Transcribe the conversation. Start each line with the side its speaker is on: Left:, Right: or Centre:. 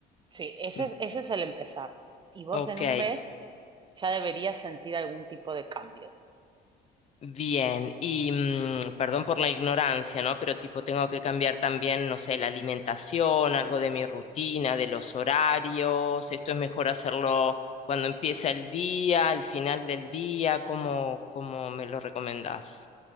Right: sí, ese
Left: Mm,
Right: es, ese es el empezar. Y vos
Left: Ok,
Right: en un mes ya deberías sentir algún tipo de cambio.
Left: bien. Y mm, perdón por la ignorancia, ¿no? Pero tipo, tengo que cambiar también, no sé, la alimentación, algo de mi rutina, de los horarios. Esto es mejor hacerlo cuando empieza el día, al final del día, ¿cómo, cómo me lo recomendás?